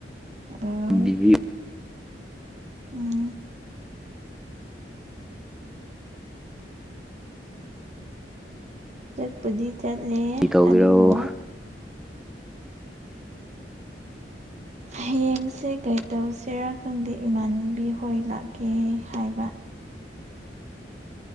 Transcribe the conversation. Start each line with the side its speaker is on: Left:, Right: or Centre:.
Right: ꯑꯣ
Centre: ꯕꯤ
Right: ꯎꯝ ꯆꯠꯄꯗꯤ ꯆꯠꯂꯦ
Centre: ꯇꯧꯒꯦꯔꯣ
Right: ꯑꯗꯨꯕꯨ
Centre: <inaudible>
Right: ꯍꯌꯦꯡꯁꯦ ꯀꯩꯗꯧꯁꯤꯔꯥ ꯈꯪꯗꯦ ꯏꯃꯥꯟꯅꯕꯤ ꯍꯣꯏ ꯂꯥꯛꯀꯦ ꯍꯥꯏꯕ